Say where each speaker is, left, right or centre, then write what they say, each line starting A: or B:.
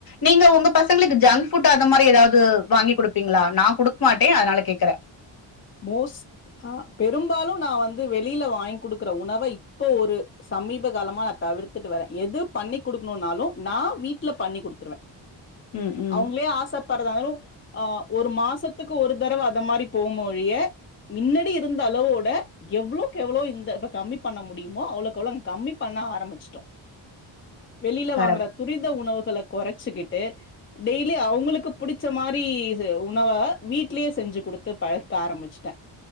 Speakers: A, on the left; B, on the left.
A: நீங்க உங்க பசங் ளுக்கு ஜங்க்புட் அந்த மாதிரி ஏதாவது வாங்கி குடுப்பீங்ளா நான் குடுக் மாட்டே அதனால கேக்குறே
B: மோஸ்ட் ஆ பெரும்பாலு நா வந்து வெளில வாங்கி கொடுக்குற உணவை இப்போ ஒரு சமீப காலமா தவிர்த்துட்டு வரே எது பண்ணி கொடுக்கணுனாலு நா வீட்ல பண்ணி் குடுத்துருவே
A: ம், ம்.
B: அவுங்ளே ஆசப்படுறதாலு ஆஹ் ஒரு மாசத்துக்கு ஒரு தடவ அந்த மாரி போமொழிய மின்னடி இருந்த அளவோட எவ்வளோக் எவ்ளோ இந்த ப்ப கம்மி பண்ண முடியுமோ அவ்ளோக்கவ்ளோங் கம்மி பண்ண ஆரம்பிச்ட்டோ வெளில
A: பரவா
B: வாங்ற துரித உணவு கள குறச்சுகிட்டு டெய்லி அவுங்ளுக்கு புடிச்ச மாரி ச உணவ வீட்லியே செஞ்சு குடுத் த்து பழக்க ஆரம்பிச்சுட்ட